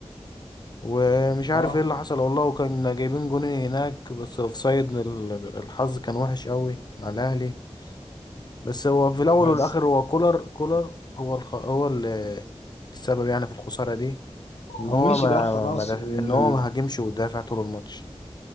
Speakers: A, on the left (about 40°); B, on the left (about 80°).
A: ومش عارف
B: اه
A: ايه اللي حصل والله وكان جايبين جونين هناك بس اوفسايد ال- الحظ كان وحش قوي مع الاهلي بس هو في الاول
B: بس
A: والاخر هو كولر كولر هو الخ... هو ال- السبب يعني في الخسارة دي ان
B: هو
A: هو
B: ماشي
A: ما,
B: بقى خلاص
A: ما دف...
B: وم...
A: ان هو ما هاجمش ودافع طول الماتش